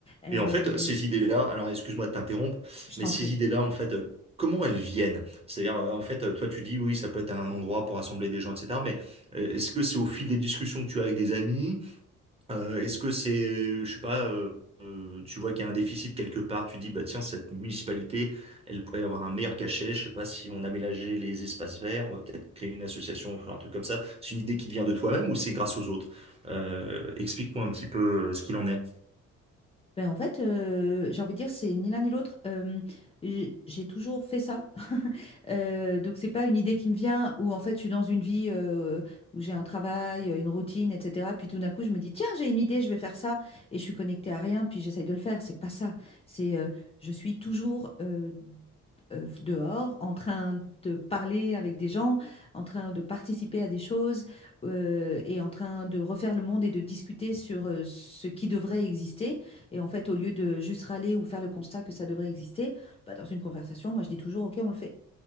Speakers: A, on the left; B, on the right.
A: Euh,
B: Et en fait,
A: il y a
B: ces
A: eu,
B: idées-là, alors excuse-moi de t'interrompre,
A: je
B: mais
A: t'en
B: ces
A: prie,
B: idées-là, en fait, euh, comment elles viennent? C'est-à-dire, euh, en fait, euh, toi, tu dis, oui, ça peut être un endroit pour rassembler des gens, etc. Mais euh, est-ce que c'est au fil des discussions que tu as avec des amis? Euh, est-ce que c'est, je sais pas, euh, euh, tu vois qu'il y a un déficit quelque part, tu dis, bah tiens, cette municipalité, elle pourrait avoir un meilleur cachet, je sais pas, si on aménageait les espaces verts, on va peut-être créer une association, faire un truc comme ça. C'est une idée qui te vient de toi-même ou c'est grâce aux autres? Euh, explique-moi un petit peu euh, ce qu'il en est.
A: Ben, en fait, euh, j'ai envie de dire, c'est ni l'un ni l'autre. Euh, j'ai j'ai toujours fait ça. <laughs> Euh, donc, c'est pas une idée qui me vient où, en fait, je suis dans une vie euh, où j'ai un travail, une routine, etc. Puis tout d'un coup, je me dis, tiens, j'ai une idée, je vais faire ça. Et je suis connectée à rien, puis j'essaye de le faire. C'est pas ça. C'est, euh, je suis toujours euh, euh, dehors, en train de parler avec des gens, en train de participer à des choses euh, et en train de refaire le monde et de discuter sur euh, ce qui devrait exister. Et en fait, au lieu de juste râler ou faire le constat que ça devrait exister, bah, dans une conversation, moi, je dis toujours, OK, on le fait.